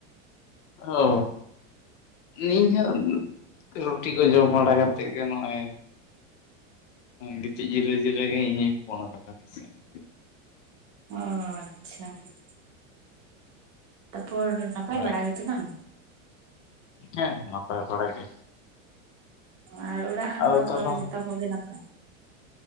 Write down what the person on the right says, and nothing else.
ᱚ ᱟᱪᱪᱷᱟ <unintelligible> ᱛᱟᱨᱯᱚᱨ ᱱᱟᱯᱟᱭ
ᱵᱟᱲᱟ ᱜᱮᱛᱚ ᱵᱟᱝ?
ᱟᱨ ᱚᱲᱟᱜ
ᱦᱚᱲ
ᱠᱚ ᱡᱚᱛᱚ ᱠᱚᱜᱮ ᱱᱟᱯᱟᱭ᱾